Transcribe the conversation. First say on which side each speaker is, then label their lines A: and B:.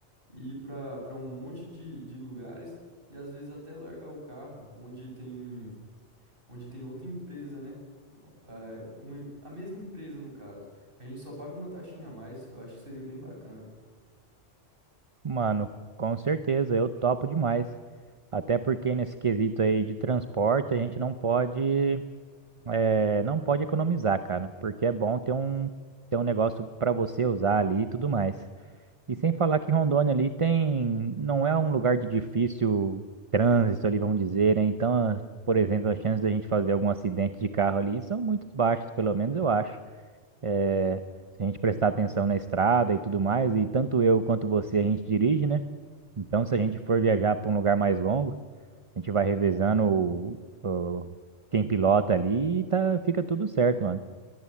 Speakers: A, on the right; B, on the right.
A: e ir pra para um monte de, de lugares e às vezes até largar o carro onde tem onde tem outra empresa, né? É, uma- a mesma empresa, no caso. A gente só paga uma taxinha a mais, eu acho que seria bem bacana.
B: Mano, com certeza, eu topo demais. Até porque nesse quesito aí de transporte, a gente não pode, é, não pode economizar, cara, porque é bom ter um, ter um negócio pra você usar ali e tudo mais. E sem falar que Rondônia ali tem, não é um lugar de difícil trânsito ali, vamos dizer, né? Então, por exemplo, as chances da gente fazer algum acidente de carro ali são muito baixas, pelo menos eu acho. eh, se a gente prestar atenção na estrada e tudo mais, e tanto eu quanto você a gente dirige, né? Então, se a gente for viajar para um lugar mais longo, a gente vai revezando o, o- quem pilota ali e tá, fica tudo certo, mano.